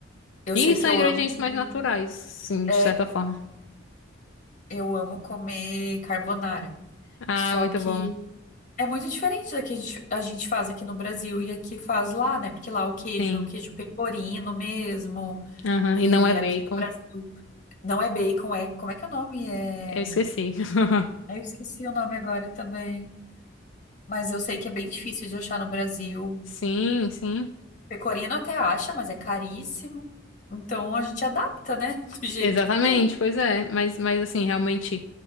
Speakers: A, on the left (about 40°); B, on the left (about 75°).
A: Eu
B: E
A: sei
B: são
A: que eu
B: ingredientes
A: amo.
B: mais naturais, sim, de
A: É,
B: certa forma.
A: eu amo comer carbonara.
B: Ah,
A: Só
B: muito
A: que
B: bom.
A: é muito diferente da que a gente, a gente faz aqui no Brasil e aqui faz lá, né? Porque lá o queijo
B: Sim.
A: é o queijo pecorino mesmo.
B: Aham.
A: E
B: E não é bacon.
A: aqui no Brasil não é bacon, é. Como é que é o nome? É.
B: Eu esqueci. <laughs>
A: Eu esqueci o nome agora também. Mas eu sei que é bem difícil de achar no Brasil.
B: Sim, sim.
A: Pecorino até acha, mas é caríssimo. Então a gente adapta, né? <laughs> Do jeito
B: Exatamente,
A: que tem.
B: pois é. Mas, mas assim, realmente,